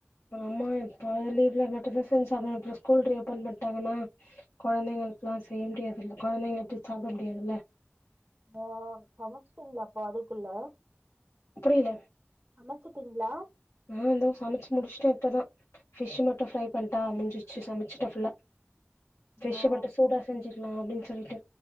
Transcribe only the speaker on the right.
ஓ சமைச்சிட்டீங்களா அப்ப அதுக்குள்ள
சமைச்சிட்டீங்களா
ஓ